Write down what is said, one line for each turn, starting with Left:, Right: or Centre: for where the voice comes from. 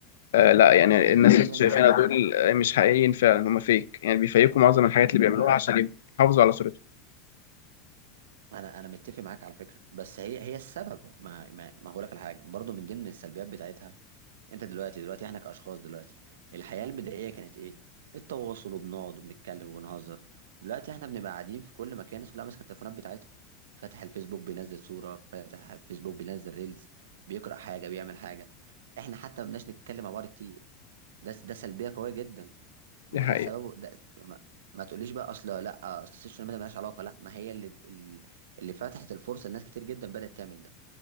Left: آه لا يعني
Right: متفق
Left: الناس اللي
Right: معاك
Left: شايفينها دول آه، مش حقيقيين فعلا هم فيك يعني بيفيكوا معظم
Right: متفق
Left: الحاجات اللي بيعملوها
Right: معاك
Left: عشان يحافظوا على صورتهم
Right: انا انا متفق معاك على فكره بس هي هي السبب ما ما, ما هقول لك على حاجه برضو من ضمن السلبيات بتاعتها انت دلوقتي دلوقتي احنا كاشخاص دلوقتي الحياه البدائيه كانت ايه التواصل وبنقعد وبنتكلم وبنهزر دلوقتي احنا بنبقى قاعدين في كل مكان الناس كلها ماسكه التليفونات بتاعتها فاتح الفيسبوك بينزل صوره فاتح الفيسبوك بينزل ريلز بيقرا حاجه بيعمل حاجه احنا حتى ما بناش نتكلم مع بعض كتير ده ده سلبيه قويه جدا ما
Left: دي حقيقة
Right: هو ده سببه ده ما, ما تقوليش بقى اصل لا اصل السوشيال ميديا ملهاش علاقه لا ما هي اللي ال- اللي فتحت الفرصه لناس كتير جدا بدات تعمل ده